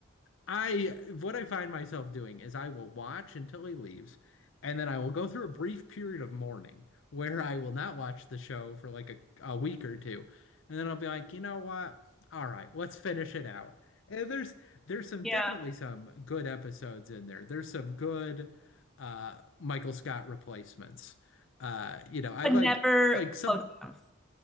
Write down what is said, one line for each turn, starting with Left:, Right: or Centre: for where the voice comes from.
Left: I what I find myself doing is I will watch until he leaves, and then I will go through a brief period of mourning where I will not watch the show for like a, a week or two. And then I'll be like, you know what? All right, let's finish it out. And there's there's some
Centre: Yeah.
Left: definitely some good episodes in there. There's some good uh Michael Scott replacements. Uh, you know, I
Centre: But
Left: like
Centre: never
Left: like some
Centre: close enough.